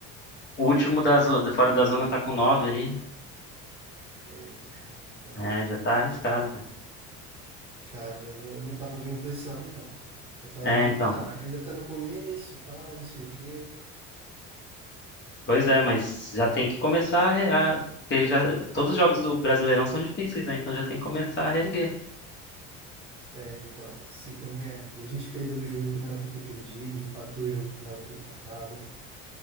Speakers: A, on the left (about 35°); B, on the right (about 20°).
A: O último da zona, fora da zona tá com nove ali.
B: É, caramba,
A: É, já tá arriscado, cara.
B: cara, mas eu não, eu não tava vendo pra esse lado, não, cara. Eu tava
A: É,
B: vendo
A: então.
B: que ah, ainda tá no começo, tal, não sei o quê.
A: Pois é, mas já tem que começar a, re- a- porque já todos os jogos do Brasileirão são difíceis, né? Então já tem que começar a reerguer.
B: É, então, se comer. E a gente perdeu o jogo que não era pra ter perdido, empatou o jogo que não era pra ter empatado.